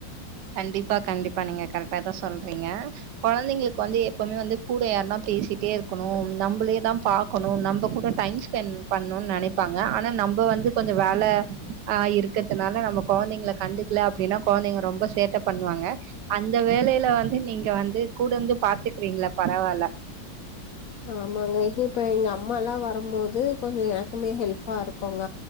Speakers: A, on the right; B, on the left.
A: கண்டிப்பா கண்டிப்பா நீங்க கரெக்டா தா சொல்றீங்க கொழந்தைங்களுக்கு வந்து எப்பவுமே வந்து கூட யாரருன்னா பேசிட்டே இருக்கணும் நம்மளே தா பாக்கணும் நம்ம கூட டைம்ஸ் ஸ்பென்ட் பண்ணுன்னு நெனைப்பாங்க ஆனா நம்ம வந்து கொஞ்சம் வேல ஆ இருக்கத்துனால நம்ம கொழந்தைங்கள கண்டு இல்ல அப்டின்னா கொழந்தைங்க ரொம்ப சேட்ட பண்ணுவாங்க அந்த வேலையில வந்து நீங்க வந்து கூடந்து பாத்துக்கறீங்கள பரவால்ல
B: ஆமாங்க இப்ப எங்க அம்மால்லா வரம் போது கொஞ்சம் எனக்குமே ஹெல்ப்பா இருக்கோங்க